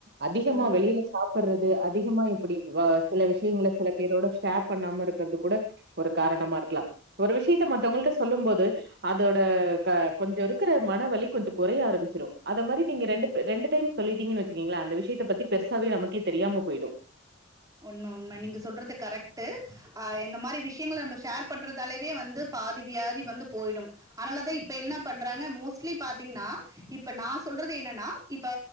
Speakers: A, on the right; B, on the right.
A: அதிகமா
B: உண்மை
A: வெளியில சாப்பிடுறது அதிகமா இப்படி சில விஷயங்கள. சில பேரோட ஷேர் பண்ணாம இருக்குறது கூட. ஒரு காரணமா இருக்கலா. ஒரு விஷயத்த மத்தவங்கள் கிட்ட. சொல்லும் போது. அதோட க. கொஞ்சோ இருக்கிற மன வலி கொஞ்சோ குறைய ஆரம்பிச்சிடும். அத மாதிரி நீ ரெண்டு ரெண்டு டைம் சொல்லிட்டீங்கன்னு வச்சுக்கீங்களா அந்த விஷயத்த பத்தி பெருசாவே நமக்கே தெரியாம போயிடு.
B: ஒன்னு உண்ம நீங்க சொல்றது கரெக்ட்டு. அஹ இந்த மாரி விஷயங்கள நம்ம ஷேர் பண்றதாலவே வந்து பாதி வியாதி வந்து போயிடும். அதனாலதா இப்ப என்ன பண்றாங்க மோஸ்ட்லி பாத்தீங்கன்னா இப்ப நான் சொல்றது என்னன்னா இப்ப